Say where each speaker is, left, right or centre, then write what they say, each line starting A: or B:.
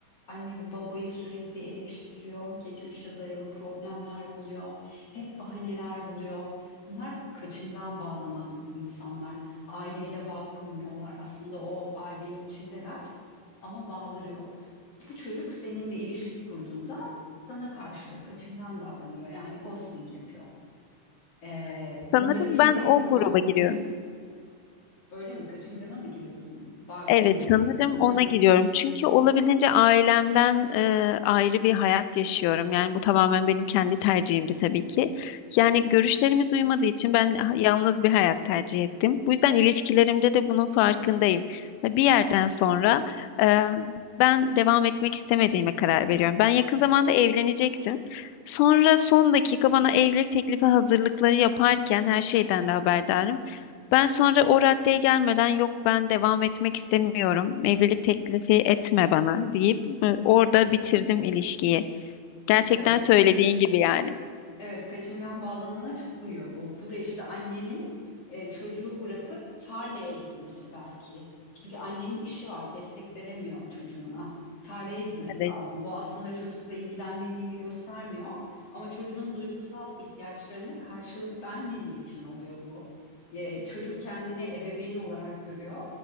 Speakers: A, on the left (about 45°); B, on the left (about 75°).
A: Anne ve babayı sürekli eleştiriyor. Geçmişe dayalı problemler buluyor. Hep bahaneler buluyor. Bunlar kaçıngan bağlanan insanlar. Aileyle bağ kurmuyorlar. Aslında o ailenin içindeler ama bağları yok. Bu çocuk seninle ilişki kurduğunda sana karşı da kaçıngan davranıyor. Yani ghosting yapıyor. Ee,
B: <laughs> Sanırım
A: bunları bildiğin
B: ben o
A: zaman
B: gruba giriyorum.
A: hı hı, öyle mi? Kaçıngana mı giriyorsun? Bağ
B: Evet,
A: kurmuyorsun.
B: sanırım
A: <laughs>
B: ona
A: Hı hı.
B: gidiyorum. Çünkü olabildiğince ailemden e, ayrı bir hayat yaşıyorum. Yani bu tamamen benim kendi tercihimdi tabii ki. Yani görüşlerimiz uymadığı için ben ha- yalnız bir hayat tercih ettim. Bu yüzden ilişkilerimde de bunun farkındayım. Ve Bir yerden sonra e, ben devam etmek istemediğime karar veriyorum. Ben yakın zamanda evlenecektim. Sonra son dakika bana evlilik teklifi hazırlıkları yaparken her şeyden de haberdarım. Ben sonra o raddeye gelmeden yok ben devam etmek istemiyorum. Evlilik teklifi etme bana deyip e, orada bitirdim ilişkiyi. Gerçekten
A: Evet.
B: söylediğin gibi yani.
A: Evet, kaçıngan bağlanana çok uyuyor bu. Bu da işte annenin e, çocuğu bırakıp tarlaya gitmesi belki. Çünkü annenin işi var, destek veremiyor çocuğuna. Tarlaya gitmesi
B: Evet.
A: lazım. Bu aslında çocukla ilgilenmediğini göstermiyor ama çocuğun duygusal ihtiyaçlarına karşılık vermediği için oluyor bu. E, çocuk kendini ebeveyn olarak görüyor